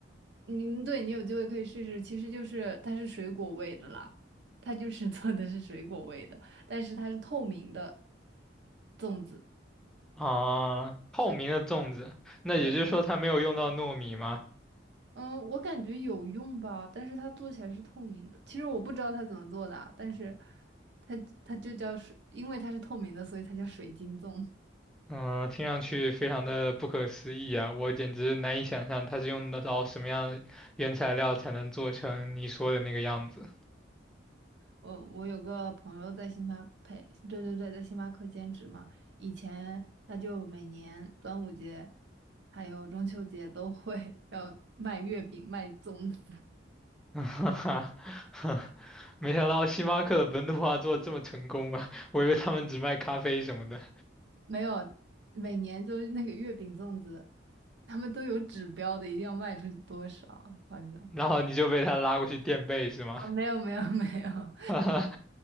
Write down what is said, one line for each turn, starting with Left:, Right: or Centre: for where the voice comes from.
Right: 嗯，对你有机会可以试试，其实就是它是水果味的啦，它就是做的是水果味的，但是它是透明的粽子，
Centre: 啊，透明的粽子，
Right: 所以。
Centre: 那也就是说它没有用到糯米吗？
Right: 对。嗯，我感觉有用吧，但是它做起来是透明的。其实我不知道它怎么做的啊，但是它它就叫水，因为它是透明的，所以它叫水晶粽。
Centre: 嗯，听上去非常的不可思议啊，我简直难以想象它是用得到什么样的原材料才能做成你说的那个样子。
Right: 我我有个朋友在星巴克，对对对，在星巴克兼职嘛，以前他就每年端午节还有中秋节都会 <laughs> 要卖月饼、卖粽子，
Centre: <laughs> 哈哈，<laughs> 没想到星巴克的本土化做得这么成功啊！我以为他们只卖咖啡什么的，
Right: 没有，每年就是那个月饼粽子，他们都有指标的，一定要卖出去多少，好像
Centre: 然后你就被他拉过去垫背是吗？
Right: 啊，没有没有没有。
Centre: <laughs> 哈哈，